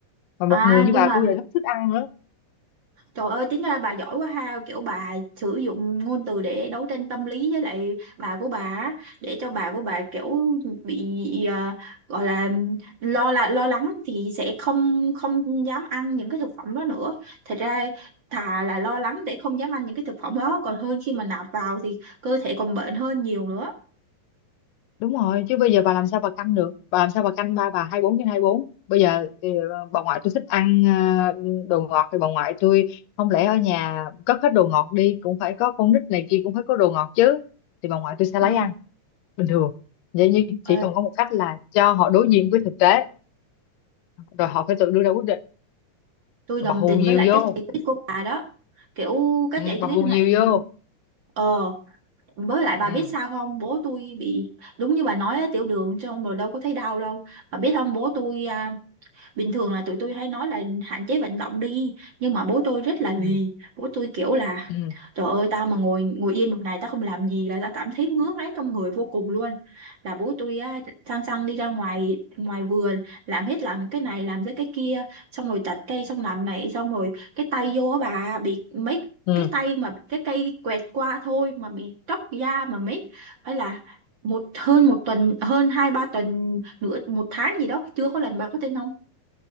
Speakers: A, on the left (about 85°); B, on the right (about 45°).
A: mà một
B: à
A: người như
B: nhưng
A: bà
B: mà
A: tôi lại rất thích ăn nữa
B: Trời ơi, tính ra bà giỏi quá ha, kiểu bà sử dụng ngôn từ để đấu tranh tâm lý với lại bà của bà á, để cho bà của bà kiểu bị à, gọi là lo là lo lắng thì sẽ không không dám ăn những cái thực phẩm đó nữa. Thật ra thà là lo lắng để không dám ăn những cái thực phẩm đó còn hơn khi mà nạp vào thì cơ thể còn bệnh hơn nhiều nữa.
A: đúng rồi chứ bây giờ bà làm sao bà canh được bà làm sao bà canh ba bà hai bốn trên hai bốn? bây giờ ừ, bà ngoại tôi thích ăn ờ, đồ ngọt thì bà ngoại tôi không lẽ ở nhà cất hết đồ ngọt đi cũng phải có con nít này kia cũng phải có đồ ngọt chứ thì bà ngoại tôi sẽ
B: Ừ,
A: lấy ăn bình thường vậy nhưng
B: ờ,
A: chỉ cần có một cách là cho họ đối diện với thực tế rồi họ phải tự đưa ra quyết định
B: tôi
A: và
B: đồng
A: hù
B: tình
A: nhiều
B: với lại
A: vô
B: cách giải quyết của bà đó. Kiểu cách
A: ừ,
B: giải quyết
A: và hù
B: này
A: nhiều vô
B: ờ với lại
A: ừ,
B: bà biết sao không bố tôi bị đúng như bà nói á, tiểu đường trong rồi đâu có thấy đau đâu bà biết không bố tôi à, bình thường là tụi tôi hay nói là hạn chế vận động đi nhưng mà bố tôi rất là lì
A: ừ,
B: bố tôi kiểu là
A: ừ,
B: trời ơi tao mà ngồi ngồi yên một ngày tao không làm gì là tao cảm thấy ngứa ngáy trong người vô cùng luôn là bố tôi á, sang sang đi ra ngoài ngoài vườn làm hết làm cái này làm cái cái kia xong rồi chặt cây xong làm này xong rồi cái tay vô á bà bị mấy
A: ừ.
B: cái tay mà cái cây quẹt qua thôi mà bị tróc da mà mấy hay là một hơn một tuần hơn hai ba tuần nửa một tháng gì đó chưa có lần bà có thể nấu